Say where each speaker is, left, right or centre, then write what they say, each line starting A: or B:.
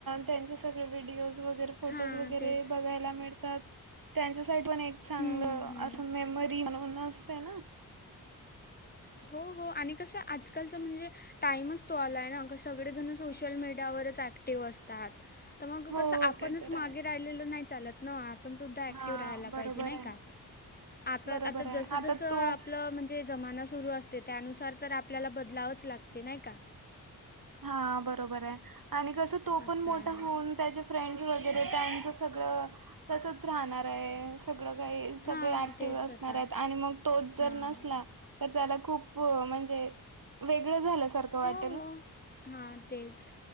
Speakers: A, on the right; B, on the left.
A: त्यांचे सगळे व्हिडिओज वगैरे फोटोज
B: हां
A: वगैरे
B: तेच
A: बघायला मिळतात. त्यांच्या साठी पण एक चांगलं
B: हम्म, हम्म.
A: असं मेमरी म्हणून असते न.
B: हो हो आणि कसं आजकालचा म्हणजे टामच तो आलाय ना ग सगळेजण सोशल मीडियावरच ऍक्टिव्ह असतात. त मग
A: हो
B: कसं आपणच
A: ते तर आहेच.
B: मागे राहिलेलं नाय चालत. आपण सुुद्धा
A: हा
B: राहायला
A: बरोबर
B: पायजे नाई
A: आहे.
B: का. आप
A: बरोबर
B: आता
A: आहे
B: जसं
A: आता
B: जसं
A: तो
B: आपलं म्हणजे जमाना सुरु असते त्यानुसार तर आपल्याला बदलावच लागते नाय का?
A: हां बरोबराय आणि कसं तो
B: असं
A: पण मोठा
B: आहे.
A: होऊन त्याचे फ्रेंड्स वग् -गैरे त्यांचं सगळं तसंच राहणाराय. सगळं काई सगळे
B: हां,
A: ऍक्टिव्ह
B: तेच
A: असणारायत
B: आता.
A: आणि मग तोच जर
B: हां.
A: नसला तर त्याला खूप म्हणजे वेगळं झाल्यासारखं वाट
B: हो, हो हा तेच